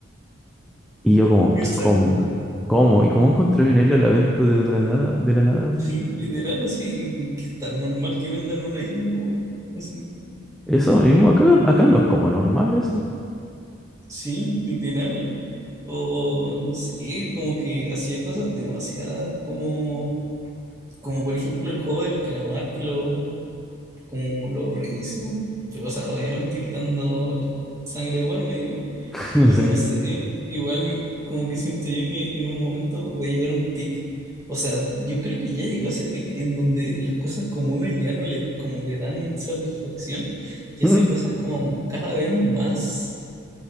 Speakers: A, in the centre; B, on the right.
A: Y yo como,
B: Exacto.
A: ¿qué, cómo? ¿Cómo? ¿Y cómo encontré una isla a la venta de, de la nada, de la nada, así?
B: Sí, literal, así, que es tan normal que vendan una isla, weón. Así,
A: Eso mismo, acá, acá no es como normal eso.
B: sí, literal. O no sé, como que hacía cosas demasiadas, como, como por ejemplo el juego del calamar, que lo, como lo rehizo. O sea, obviamente quitando el- sangre de por medio,
A: <laughs> No
B: pero
A: sé.
B: no sé, igual como que siento yo que en un momento va a llegar un pic. O sea, yo creo que ya llegó ese pic en donde las cosas comunes ya no le como que dan satisfacción y
A: Mm,
B: hace cosas como cada vez más,